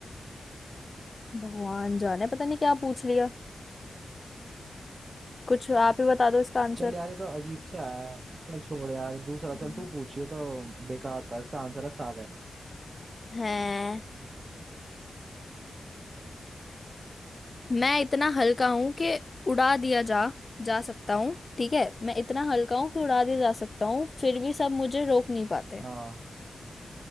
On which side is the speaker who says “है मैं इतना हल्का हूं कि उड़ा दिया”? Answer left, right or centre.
Left